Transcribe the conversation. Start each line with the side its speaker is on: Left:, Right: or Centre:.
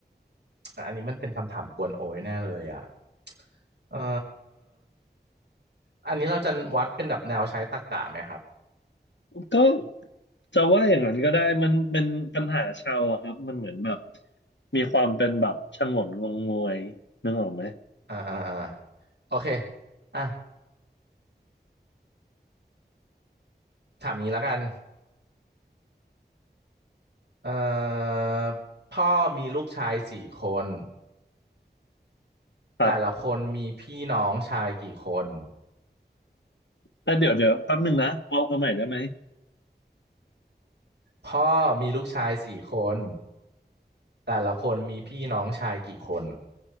Right: แอันนี้มันเป็นคำถามกวนโอ้ยแน่เลยอ่ะเอ่ออันนี้เราจะวัดเป็นแบบแนวใช้ตรรกะไหมครับ
Left: ก็จะว่าอย่างนั้นก็ได้มันเป็นปัญหาชาวอะครับมันเหมือนแบบมีความเป็นแบบสงนงงงวยนึกออกไหม
Right: อ่าอ่าอ่าโอเคอ่ะถามนี้แล้วกันเอ่อพ่อมีลูกชายสี่คน
Left: ครับ
Right: แต่ละคนมีพี่น้องชายกี่คน
Left: แต่เดี๋ยวเดี๋ยวแป๊บหนึงนะเอาเอาใหม่ได้ไหม
Right: พ่อมีลูกชายสี่คนแต่ละคนมีพี่น้องชายกี่คน